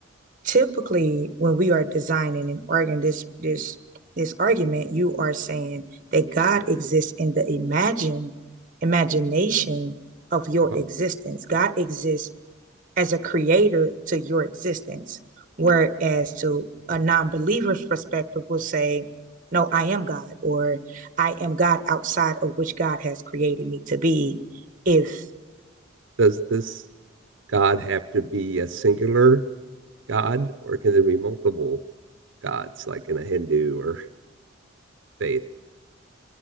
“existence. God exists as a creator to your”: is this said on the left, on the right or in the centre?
Right